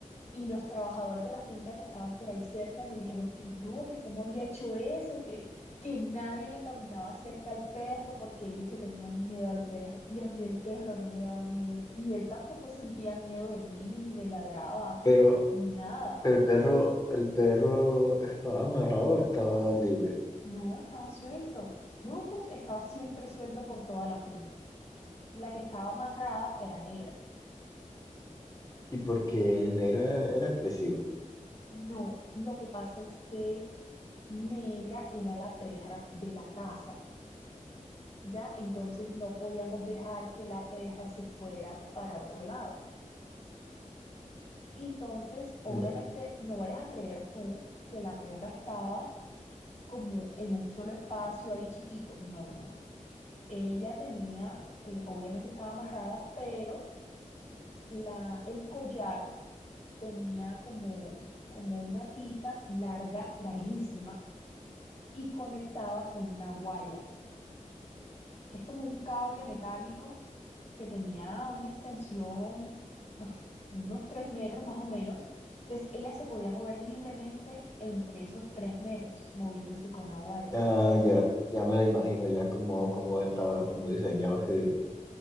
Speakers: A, on the left; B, on the left.
A: Y los trabajadores de la finca que estaban por ahí cerca me dijeron que no, que cómo había hecho eso, que, que nadie le caminaba cerca al perro porque ellos le tenían miedo al perro. Y a mí el perro no me daba miedo. Y él tampoco sentía miedo de mí, ni me ladraba,
B: pero,
A: ni nada.
B: pero el perro, el perro estaba amarrado o estaba libre.
A: No, estaba suelto. Rufus estaba siempre suelto por toda la finca. La que estaba amarrada era Negra.
B: ¿Y porque Negra era agresiva?
A: No, lo que pasa es que Negra era la perra de la casa. ya, entonces no podíamos dejar que la perra se fuera para otro lado. Entonces, obviamente,
B: Ya.
A: no vayas a creer tú que la perra estaba como en un solo espacio ahí chiquito. No, no, no. Ella tenía, eh, obviamente estaba amarrada, pero la, el collar tenía como, como una pita larga, larguísima, y conectaba con una guaya. que es como un cable metálico que tenía una extensión, uf, unos tres metros más o menos. Entonces ella se podía mover libremente entre esos tres metros, moviéndose con la guaya.
B: Ah, ya, ya me lo imagino ya como, como estaba, como diseñado ese,